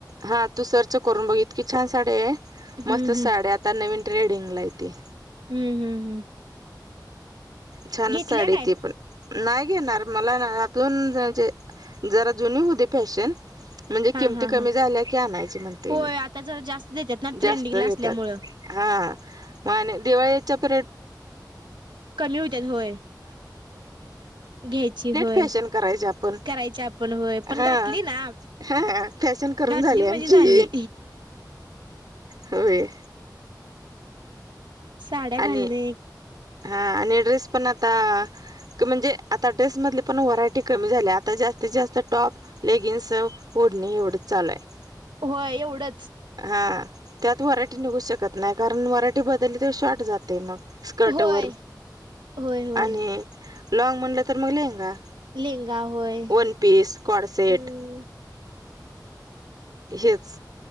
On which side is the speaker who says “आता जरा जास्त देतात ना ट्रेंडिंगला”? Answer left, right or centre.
Right